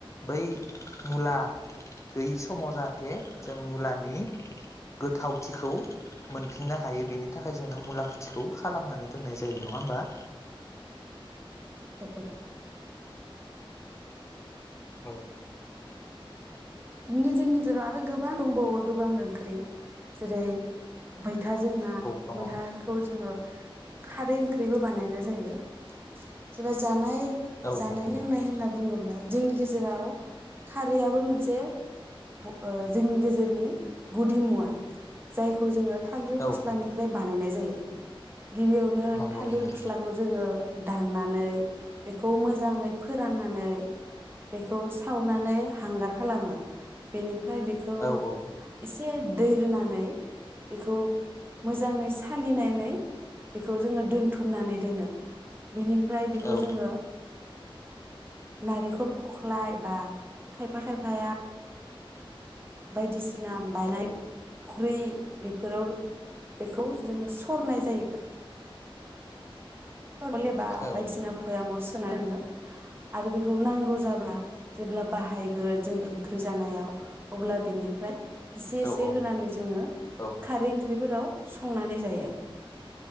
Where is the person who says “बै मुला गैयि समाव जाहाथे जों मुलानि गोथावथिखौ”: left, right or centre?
Left